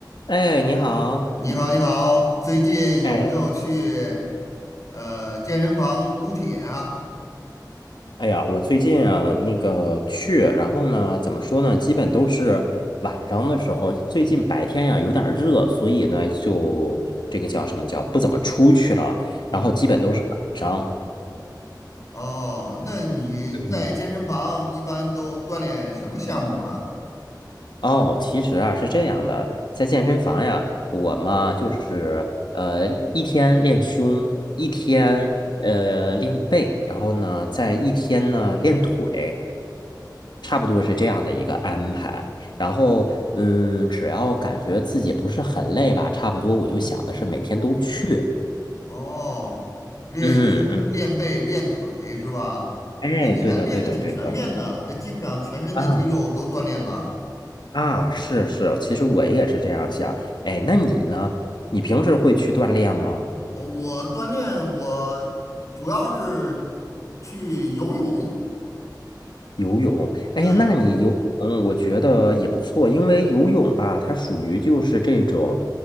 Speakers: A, on the left; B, on the left.
A: 哎，你好。
B: 你好，你好，最近有没有去
A: 哎，
B: 呃健身房撸铁啊？
A: 哎呀，我最近啊，那个去，然后呢，怎么说呢？基本都是晚上的时候。最近白天呀，有点儿热，所以呢，就这个叫什么叫不怎么出去了。
B: 嗯，
A: 然后基本都是晚上。
B: 哦，那你在健身房一般都锻炼什么项目呢？
A: 嗯。哦，其实啊是这样的，在健身房呀，我嘛就是呃一天练胸，一天呃练背，然后呢在一天呢练腿，差不多是这样的一个安排。然后嗯，只要感觉自己不是很累吧，差不多我就想的是每天都去。
B: 哦，练胸、
A: 嗯嗯，
B: 练背、练腿是吧？
A: 哎，
B: 那你还练的挺全面的，
A: 对的对的对的，
B: 这基本上全身的肌肉都锻炼了。
A: 啊啊是是，其实我也是这样想。哎，那你呢？你平时会去锻炼吗？
B: 呃我锻炼我主要是去游泳，
A: 游泳，哎，
B: 对，
A: 那你游泳我觉得也不错，因为游泳吧，它属于就是这种，